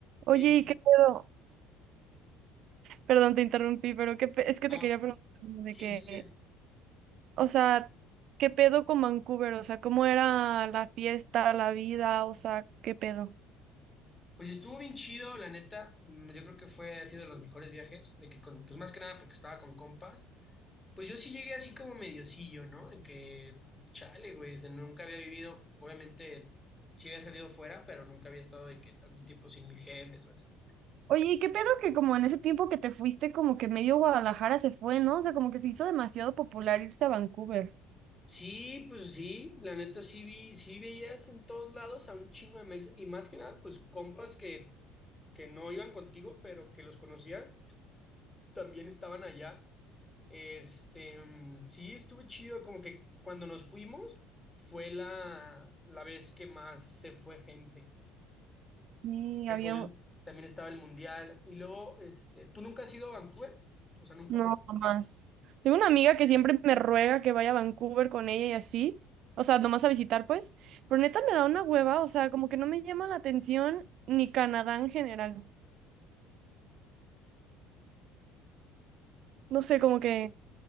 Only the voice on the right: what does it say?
Oye, ¿y qué pedo? Perdón, te interrumpí, pero qué pe- es que
te quería preguntar de
que,
o sea, ¿qué pedo con Vancouver? O sea, ¿cómo era la fiesta, la vida? O sea, ¿qué pedo?
Oye, ¿y qué pedo que como en ese tiempo que te fuiste, como que medio Guadalajara se fue, ¿no? O sea, como que se hizo demasiado popular irse a Vancouver.
Sí,
había,
No, más. Tengo una amiga que siempre me ruega que vaya a Vancouver con ella y así. O sea, nomás a visitar, pues. Pero neta me da una hueva. O sea, como que no me llama la atención ni Canadá en general. No sé, como que.